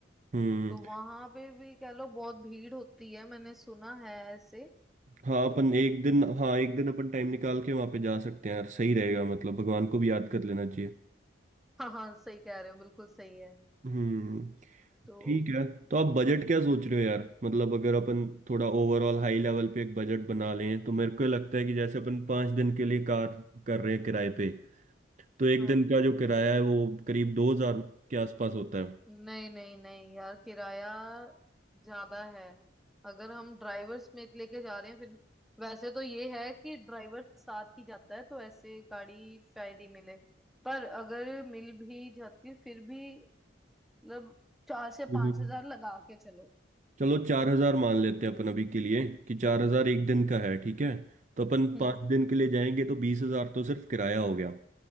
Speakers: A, on the right (about 40°); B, in the centre.
A: हम्म
B: तो वहां पे भी कह लो बहुत भीड़ होती है मैंने सुना है ऐसे
A: हाँ अपन एक दिन हाँ एक दिन अपन टाइम निकाल के वहाँ पे जा सकते हैं यार सही रहेगा मतलब भगवान को भी याद कर लेना चाहिए
B: हाँ हाँ सही कह रहे हो बिल्कुल सही है
A: हम्म
B: तो
A: ठीक है तो आप बजट क्या सोच रहे हो यार मतलब अगर अपन थोड़ा ओवरऑल हाई लेवल पे एक बजट बना लें तो मेरे को लगता है कि जैसे अपन पाँच दिन के लिए कार कर रहे हैं किराए पे तो एक
B: हाँ
A: दिन का जो किराया है वो करीब दो हजार के आसपास होता है
B: नहीं नहीं नहीं यार किराया ज्यादा है अगर हम ड्राइवर समेत लेके जा रहे हैं फिर वैसे तो ये है कि ड्राइवर साथ ही जाता है तो ऐसे गाड़ी शायद ही मिले पर अगर मिल भी जाती है फिर भी मतलब चार से
A: हम्म
B: पांच हजार लगा के चलो
A: चलो चार हजार मान लेते हैं अपन अभी के लिए कि चार हजार एक दिन का है ठीक है तो अपन
B: हम्म
A: पाँच दिन के लिए जाएंगे तो बीस हजार तो सिर्फ किराया हो गया